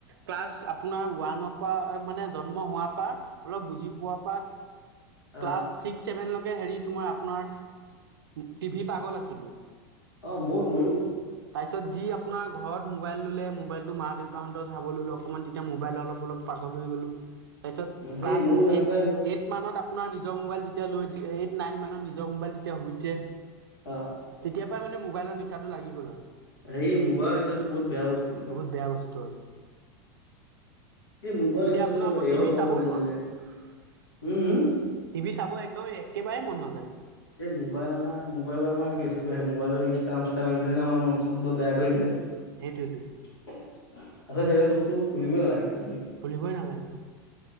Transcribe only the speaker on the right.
ক্লাছ। আপোনাৰ ওৱানৰ পৰা মানে জন্ম হোৱাৰ পৰা, অলপ বুজি পোৱাৰ পৰা।
ক্লাছ ছিক্স-ছেভেন ল কে হেৰি তোমাৰ- আপোনাৰ টিভি পাগল আছিলোঁ।
তাৰপিছত যি আপোনাৰ ঘৰত মোবাইল ল'লে, মোবাইলটো মা-দেউতাহঁত চাব লৈলোঁ অকণমান, তেতিয়া মোবাইল অলপ- অলপ পাগল হৈ গ'লোঁ। তাৰপিছত
ক্লাছ
এইট-
এইট মানত আপোনাৰ নিজৰ মোবাইল তেতিয়া লৈ, এইট- নাইন মানৰ নিজৰ মোবাইল তেতিয়া হৈছে।
তেতিয়াৰ পৰা মানে মোবাইলৰ নিচাতো লাগি গ'ল আৰু।
বহুত বেয়া বস্তু আৰু
এতিয়া
আপোনাৰ
মই
টিভি
চাবই
নোৱাৰোঁ
।
টিভি চাব একদম এক একেবাৰে মন নাযায়।
উম
সেইটোৱেতো
খুলিবই নালাগে।